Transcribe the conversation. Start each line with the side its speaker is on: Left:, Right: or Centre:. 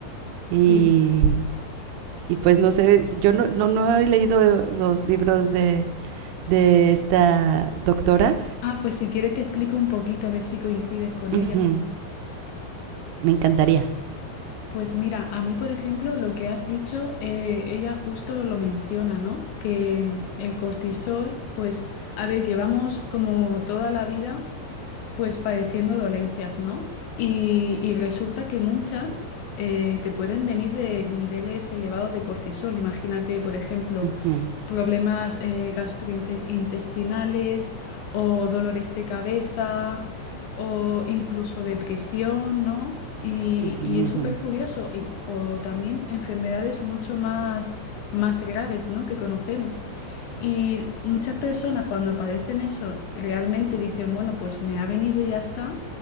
Right: y,
Left: Sí.
Right: y pues no sé, si yo no, no, no he leído eh, los libros de, de esta doctora.
Left: Ah, pues si quieres te explico un poquito a ver si coincides con
Right: Ujú,
Left: ella.
Right: Me encantaría.
Left: Pues mira, a mí, por ejemplo, lo que has dicho, eh, ella justo lo menciona, ¿no? Que mm, el cortisol, pues, a ver, llevamos como toda la vida. pues padeciendo dolencias, ¿no? Y, y resulta que muchas eh, te pueden venir de niveles elevados de cortisol. Imagínate, por ejemplo,
Right: Ujú,
Left: problemas eh, gastrointestinales o dolores de cabeza o incluso depresión, ¿no? Y,
Right: ujú,
Left: y es
Right: ujú,
Left: súper curioso. Y- o también enfermedades mucho más, más graves, ¿no? Que conocemos. Y muchas personas cuando padecen eso realmente dicen, bueno, pues me ha venido y ya está,